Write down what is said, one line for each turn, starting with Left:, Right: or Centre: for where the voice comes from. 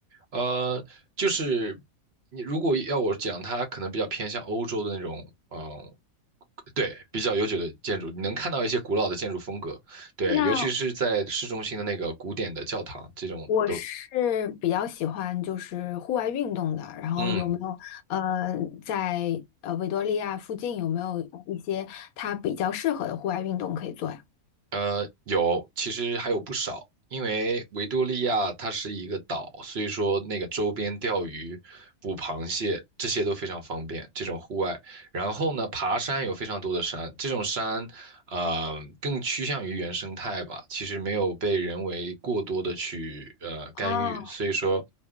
Right: 呃，就是你如果要我讲，它可能比较偏向欧洲的那种，嗯、对，比较悠久的建筑，你能看到一些古老的建筑风格，对，
Left: 那
Right: 尤其是在市中心的那个古典的教堂，这种都，
Left: 我是比较喜欢就是户外运动的，然后有没有呃在呃维多利亚附近有没有一些它比较适合的户外运动可以做呀？
Right: 嗯，呃，有，其实还有不少，因为维多利亚它是一个岛，所以说那个周边钓鱼、捕螃蟹这些都非常方便，这种户外。然后呢，爬山有非常多的山，这种山，呃，更趋向于原生态吧，其实没有被人为过多的去呃干预，
Left: 哦，
Right: 所以说，